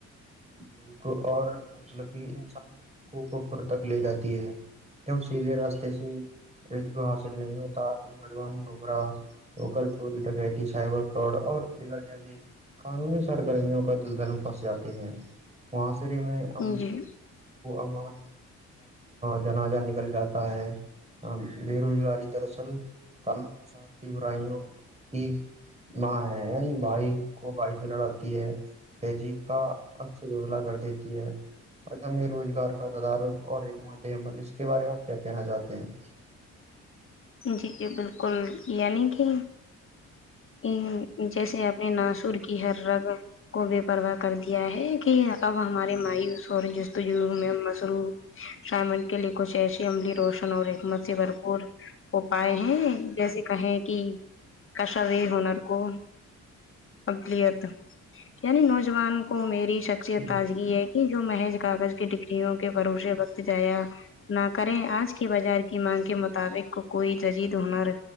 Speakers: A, on the right (about 20°); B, on the left (about 45°).
A: بھوک اور موسلفی انسان کو کفر تک لے جاتی ہے کی سیری راستے سے رب حاصل نہیں ہوتا تو نوجوان گمراہ ہو کر چوری ٹکرتی سائبر کراڈ اور دیگر جیسی قانونی سرگرمیوں کا دل دن پھنس جاتے ہیں معحاصرے میں
B: ہے
A: ا
B: جی
A: امان جناجہ نکل جاتا ہے ہ بے روزگاری دراصل تمام مسارتی برائیوں کی ماں ہے یعنی بھائی کو بائیش میں لڑاتی ہے تہذیب کا عکس رزلا کر دیتی ہے عدم روزگار کا تدارک اور حکمت عمل اس کے بارے آپ کیا کہنا چاہتے ہیں
B: جی جی بالکل یعنی کہ ا جیسے اپنے ناسر کی ہر رگ کو بے پرواہ کر دیا ہے کہ اب ہمارے مایوس اور جس تجرب میں مصروف شائمن کے لیے کش ایشی عملی روشن اور حکمت سے بھرپور اپائے ہیں جیسے کہیں کہ کشا ہنر کو ابلیت یعنی نوجوان کو میری شخصیت
A: جی
B: تازگی ہے یہ جو محض کاغذ کی ڈگریوں کے بھروسے وقت جایا نہ کریں آج کے بازار کی مانگ کے مطابقک کوئی ججید ہنر